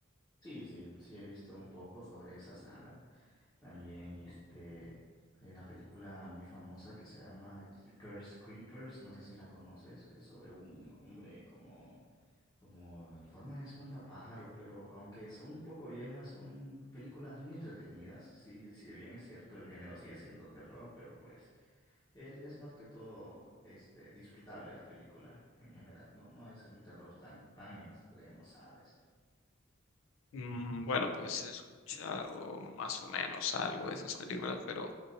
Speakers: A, on the left (about 20°); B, on the left (about 70°).
A: Sí, sí, sí he visto un poco sobre esa saga. También este hay una película muy famosa que se llama Jeepers Creepers, no sé si la conoces, es sobre un hombre como como en forma de espantapájaro, pero aunque son un poco viejas, son películas muy entretenidas. Sí, si bien es cierto el género sigue siendo terror, pero pues es, es más que todo este disfrutable la película en general. No, no es un terror tan tan extremo, ¿sabes?
B: Mm, Bueno, pues he escuchado más o menos algo de esas películas, pero